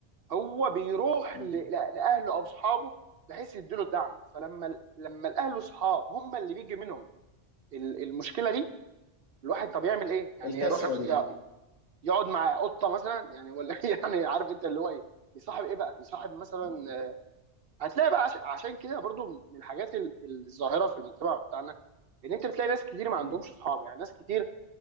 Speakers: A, on the right (about 55°); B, on the left (about 80°).
A: هو بيروح
B: مم.
A: ل- ل- لاهله او اصحابه بحيث يديله الدعم فلما لما الاهل واصحاب هم اللي بيجي منهم ال- المشكله دي الواحد طب يعمل ايه يعني
B: الكسره
A: يروح ي-
B: دي
A: يقعد مع قطه مثلا يعني ولا <laughs> يعني عارف انت اللي هو ايه يصاحب ايه بقى يصاحب
B: مم،
A: مثلا
B: مم،
A: هتلاقي بقى عش- عشان كده برضو من الحاجات ال- الظاهره في المجتمع بتاعنا ان انت بتلاقي ناس كتير ما
B: مم،
A: عندهمش اصحاب يعني ناس كتير